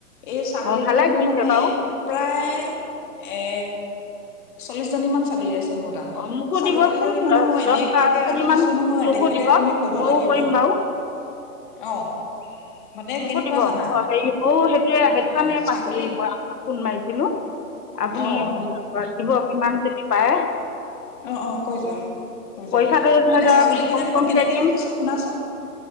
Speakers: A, on the left (about 30°); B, on the left (about 80°).
A: এই ছাগলী
B: অ ভালে
A: কেইজনী
B: কৰিছে
A: মানে
B: বাৰু
A: প্ৰায় এ চল্লিশজনী মান ছাগলী আছে ত
B: অ মোকো
A: ছাগলীকেইজনী
B: দিবচোন
A: মানে মই
B: দহ
A: এনেকুৱাকে
B: পাঁচজনীমান
A: ৰাখিছো নহয়
B: মোকো
A: দেখিলে
B: দিব
A: তুমি কব
B: ময়ো
A: লাগিব
B: কৰিম বাৰু
A: অ মানে
B: মোকো
A: কেনেকুৱা
B: দিব অ
A: জানা
B: হেৰি অ সেইটোৱে সেইটো
A: এ
B: কাৰণে
A: ছাগলী
B: মই আপাক ফোন মাৰিছিলো আপুনি
A: অ
B: দিব কিমান দেৰি পায়
A: অ অ কৈ যোৱা কৈ যোৱা
B: পইচাটো ধৰি
A: মানে
B: লওক
A: ছাগলী কিজানী
B: কম কমকে
A: মই কেনেকে
B: দিম
A: ৰাখিছো শুনাচোন